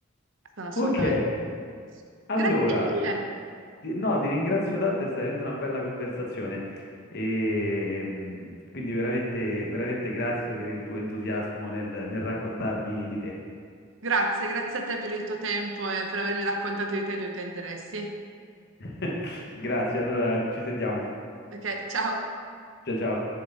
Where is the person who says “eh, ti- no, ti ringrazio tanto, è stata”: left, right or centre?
Left